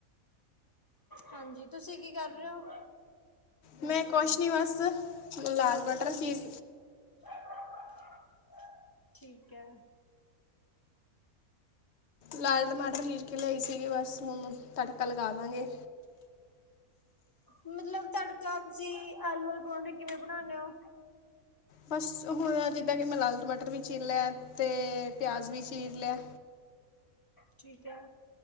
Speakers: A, on the left (about 15°); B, on the left (about 55°).
A: ਹਾਂਜੀ, ਤੁਸੀਂ ਕੀ ਕਰ ਰਹੇ ਹੋ।
B: ਮੈਂ ਕੁਛ ਨਹੀਂ ਬਸ, ਲਾਲ ਬਟਰ ਚੀਜ਼
A: <inaudible> ਠੀਕ ਹੈ।
B: ਲਾਲ ਟਮਾਟਰ ਲੀਰ ਕੇ ਲਿਆਏ ਸੀਗੇ ਬਸ ਹੁਣ ਤੜਕਾ ਲਗਾ ਦਾਂਗੇ।
A: ਮਤਲਬ ਤੜਕਾ ਤੁਸੀਂ, ਆਲੂ ਵਾਲੇ ਪਰੋਂਠੇ ਕਿਵੇਂ ਬਣਾਉਣੇ ਔ?
B: ਬਸ ਹੋਰ ਜਿੱਦਾਂ ਕਿ ਮੈਂ ਲਾਲ ਟਮਾਟਰ ਵੀ ਚੀਰ ਲਿਆ। ਤੇ ਪਿਆਜ਼ ਵੀ ਚੀਰ ਲਿਆ।
A: ਠੀਕ ਹੈ।